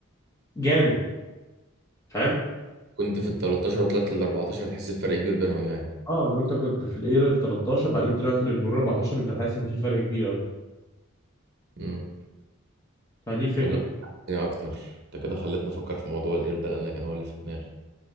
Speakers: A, on the left (about 15°); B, on the right (about 50°).
A: جامد فاهم
B: كنت في ال 13 وطلعت لل 14 هتحس بفرق كبير بينهم يعني
A: اه لو انت كنت في الاير ال 13 بعدين طلعت للبرو 14 انت هتحس ان في فرق كبير قوي
B: امم
A: فدي الفكره
B: والله يعني اكتر انت كده خلتني افكر في موضوع الاير ده لان أنا كان هو اللي في دماغي